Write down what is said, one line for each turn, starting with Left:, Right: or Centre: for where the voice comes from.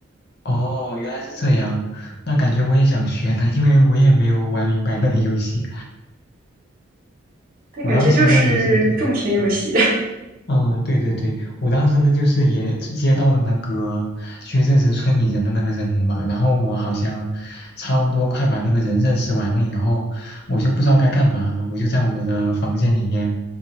Left: 哦，原来是这样。那感觉我也想学呢，因为我也没有玩明白那个游戏。
Right: 但感觉就是种田游戏
Left: 我当时呢也是对。嗯嗯，对对对，我当时呢就是也接到了那个去认识村里人的那个任务嘛，然后我好像差不多快把那个人认识完了以后，我就不知道该干嘛了，我就在我的房间里面